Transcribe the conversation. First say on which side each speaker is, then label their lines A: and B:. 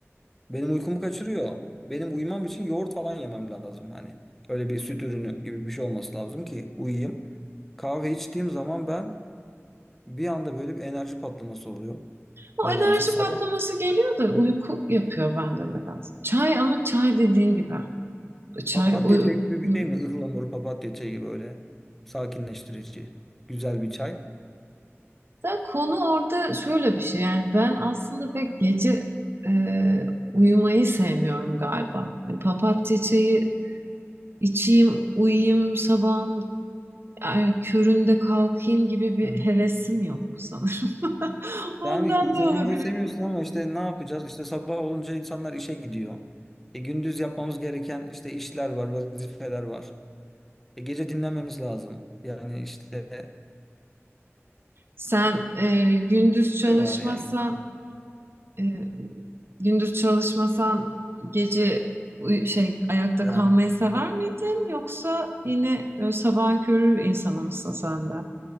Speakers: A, in the centre; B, on the right (about 55°).
A: Benim uykumu kaçırıyor. Benim uyumam için yoğurt falan yemem lazım hani. Öyle bir süt ürünü gibi bir şey olması lazım ki uyuyayım. Kahve içtiğim zaman ben bir anda böyle bir enerji patlaması oluyor.
B: O
A: Nedense
B: enerji
A: sabah
B: patlaması geliyor da uyku yapıyor bende nedense. Çay ama çay dediğin gibi. Çay
A: papatya
B: uy,
A: çayı gibi bir
B: uy.
A: şey mi? Ihlamur papatya çayı gibi böyle sakinleştirici. Güzel bir çay.
B: Da konu orada şöyle bir şey yani ben aslında pek gece e, uyumayı sevmiyorum galiba. Yani papatya çayı içeyim, uyuyayım sabah yani köründe kalkayım gibi bir
A: Hı hı.
B: hevesim yok sanırım. <laughs> Ondan
A: Yani gece
B: da
A: uyumayı
B: olabilir.
A: seviyorsun ama işte ne yapacağız? İşte sabah olunca insanlar işe gidiyor. E, gündüz yapmamız gereken işte işler var, vazifeler var. E, gece dinlenmemiz lazım. Yani işte
B: Sen e, gündüz çalışmasan
A: şey var yani.
B: e, gündüz çalışmasan gece uy- şey ayakta
A: Yani
B: kalmayı sever miydin yoksa yine böyle sabahın körü insanı mısın sen de?